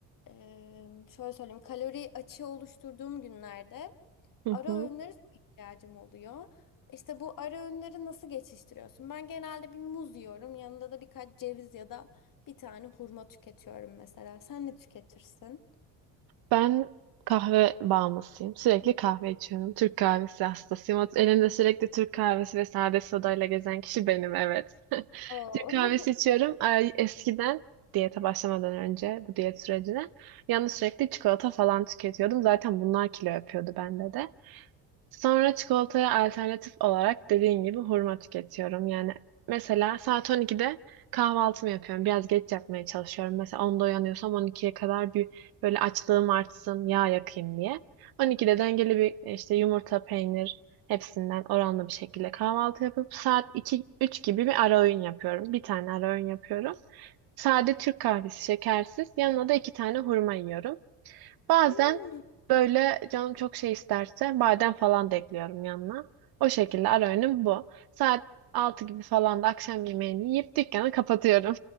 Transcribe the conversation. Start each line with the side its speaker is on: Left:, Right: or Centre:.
Left: e, şöyle söyleyeyim kalori açığı oluşturduğum günlerde
Right: Hı
Left: ara
Right: hı.
Left: öğünlere çok ihtiyacım oluyor. İşte bu ara öğünleri nasıl geçiştiriyorsun? Ben genelde bir muz yiyorum. Yanında da birkaç ceviz ya da bir tane hurma tüketiyorum mesela. Sen ne tüketirsin?
Right: Ben kahve bağımlısıyım. Sürekli kahve içiyorum. Türk kahvesi hastasıyım. Ot- Elimde sürekli Türk kahvesi ve sade sodayla gezen kişi benim, evet. <laughs>
Left: Oo.
Right: Türk kahvesi
Left: <laughs>
Right: içiyorum. Ay, Eskiden diyete başlamadan önce bu diyet sürecine yalnız sürekli çikolata falan tüketiyordum. Zaten bunlar kilo yapıyordu bende de. Sonra çikolataya alternatif olarak dediğin gibi hurma tüketiyorum. Yani mesela saat 12'de kahvaltımı yapıyorum. Biraz geç yapmaya çalışıyorum. Mesela onda uyanıyorsam on ikiye kadar bir böyle açlığım artsın, yağ yakayım diye. On iki'de dengeli bir işte yumurta, peynir hepsinden oranlı bir şekilde kahvaltı yapıp saat iki üç gibi bir ara öğün yapıyorum. Bir tane ara öğün yapıyorum. Sade Türk kahvesi şekersiz. Yanına da iki tane hurma yiyorum. Bazen
Left: Hmm.
Right: böyle canım çok şey isterse badem falan da ekliyorum yanına. O şekilde ara öğünüm bu. Saat 6 gibi falan da akşam yemeğini yiyip dükkanı kapatıyorum.